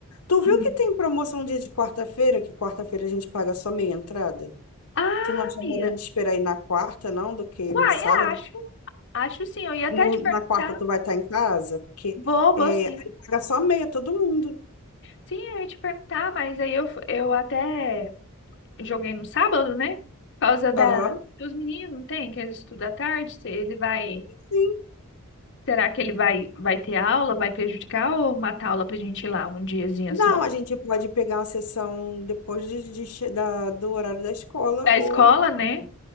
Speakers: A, on the left; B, on the left.
A: tu viu
B: hum.
A: que tem promoção dia de quarta-feira, que quarta-feira a gente paga só meia entrada?
B: Ah,
A: Tu não acha
B: Bia!
A: melhor a gente esperar ir na quarta, não, do que ir
B: Uai,
A: no sábado?
B: acho. Acho sim. Eu ia até
A: No-
B: te perguntar.
A: na quarta tu vai estar em casa, porque
B: Vou, vou
A: é,
B: sim.
A: aí paga só meia todo mundo.
B: Sim, eu ia te perguntar, mas aí eu, f- eu até. joguei no sábado, né? Por causa da.
A: Aham.
B: Os meninos não tem, que eles estudam à tarde. se Ele vai.
A: Sim.
B: Será que ele vai, vai ter aula? Vai prejudicar ou matar aula pra gente ir lá um diazinho
A: Não,
B: só?
A: a gente pode pegar uma sessão depois de, de che- da- do horário da escola,
B: Da
A: ou
B: escola, né?